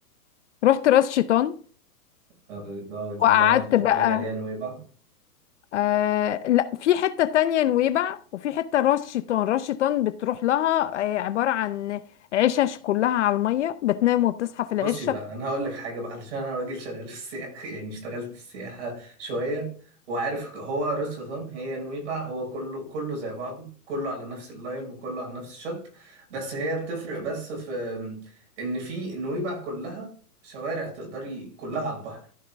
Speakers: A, on the left; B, on the right.
A: رحت راس شيطان
B: طب ده دي
A: وقعدت
B: اللي أنا كنت
A: بقى
B: بقول لك عليها نويبع
A: آه لا في حتة تانية نويبع وفي حتة راس شيطان راس شيطان بتروح لها آه، عبارة عن عشش كلها على المية بتنام وبتصحى في العشة
B: بصي بقى أنا هقول لك حاجة بقى علشان أنا راجل شغال في السياحة <laughs> يعني اشتغلت في السياحة شوية وعارف هو راس شيطان هي نويبع هو كله كله زي بعضه كله على نفس اللاين وكله على نفس الشط بس هي بتفرق بس في إن في نويبع كلها شوارع تقدري كلها على البحر